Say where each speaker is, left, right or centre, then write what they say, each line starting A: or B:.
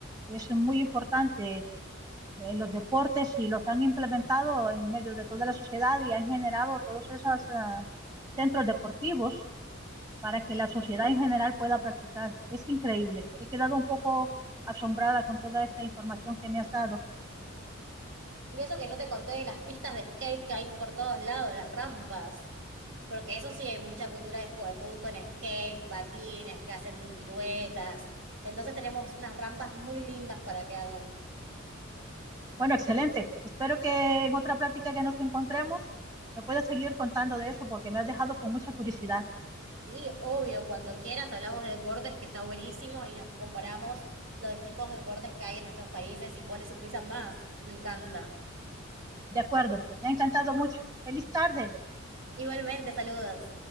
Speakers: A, on the right (about 20°); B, on the right (about 85°).
A: es muy importante eh, los deportes y los han implementado en medio de toda la sociedad y han generado todos esos ah, centros deportivos para que la sociedad en general pueda practicar. Es increíble. He quedado un poco asombrada con toda esta información que me has dado.
B: Y eso que no te conté de las pistas de skate que hay por todos lados, las rampas. Porque eso sí, hay mucha cultura de juventud con skate, patines, que hacen piruetas. Entonces tenemos unas rampas muy lindas para que hagan.
A: Bueno, excelente. Espero que en otra plática que nos encontremos me puedas seguir contando de eso porque me has dejado con mucha curiosidad.
B: Sí, obvio, cuando quieras hablamos de deportes, que está buenísimo, y nos comparamos los distintos deportes que hay en nuestros países y cuáles se utilizan más. Me encanta.
A: De acuerdo. Me ha encantado mucho. Feliz tarde.
B: Igualmente, saludos.